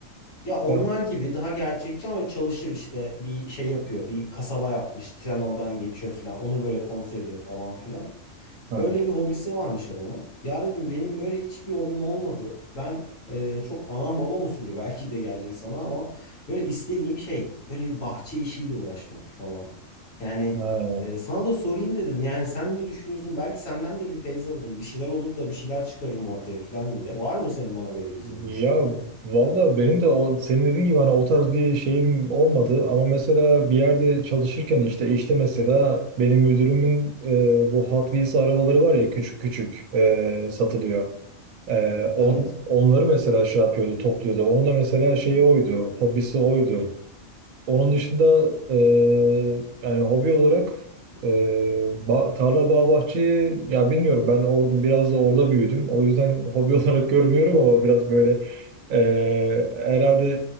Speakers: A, on the left; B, on the right.
A: ya onlar
B: Ha.
A: gibi daha gerçekçi ama çalışır işte bir şey yapıyor. Bir kasaba yapmış. Tren oradan geçiyor falan. Onu böyle kontrol ediyor falan filan.
B: Ha.
A: Öyle bir hobisi varmış adamın. Ya dedim benim böyle hiçbir hobim olmadı. Ben e, çok anam babam usulü <laughs> belki de gelecek sana ama böyle istediğim şey böyle bir bahçe işiyle uğraşmak falan. Yani
B: Ha.
A: e, sana da sorayım dedim. Yani sen ne düşünüyorsun? Belki senden de bir feyz alırım. Bir şeyler olur da bir şeyler çıkarırım ortaya falan diye. Var mı senin bana verebileceğin
B: Ya
A: bu şekilde?
B: valla benim de o, senin dediğin gibi hani o tarz bir şeyim olmadı ama mesela bir yerde çalışırken işte işte mesela benim müdürümün e, bu Hot Wheels arabaları var ya küçük küçük e, satılıyor. E, on,
A: Evet.
B: onları mesela şey yapıyordu topluyordu. Onun da mesela şeyi oydu hobisi oydu. Onun dışında e, yani hobi olarak e, ba- tarla bağ bahçe ya bilmiyorum ben orada biraz da orada büyüdüm. O yüzden hobi <laughs> olarak görmüyorum ama biraz böyle e, herhalde